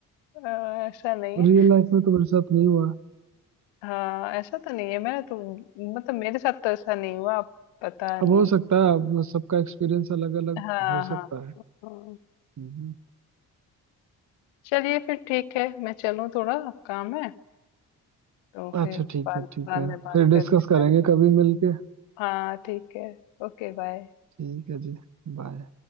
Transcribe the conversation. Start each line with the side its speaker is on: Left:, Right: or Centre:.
Left: अ, ऐसा नहीं
Right: रियल
Left: है
Right: लाइफ में तो मेरे साथ नहीं हुआ
Left: हाँ ऐसा तो नहीं है मैंने तो मतलब मेरे साथ तो ऐसा नहीं हुआ पता नहीं
Right: अब हो सकता है अब सबका एक्सपीरियंस अलग अलग
Left: हाँ
Right: हो
Left: हाँ
Right: सकता है
Left: हाँ।
Right: हम्म।
Left: चलिए फिर ठीक है मैं चलूँ थोड़ा काम है तो फिर
Right: अच्छा ठीक
Left: बाद
Right: है ठीक
Left: बाद
Right: है
Left: में बात
Right: फिर
Left: करते
Right: डिस्कस करेंगे कभी मिलके
Left: हाँ, ठीक है। Okay, bye.
Right: ठीक है जी बाय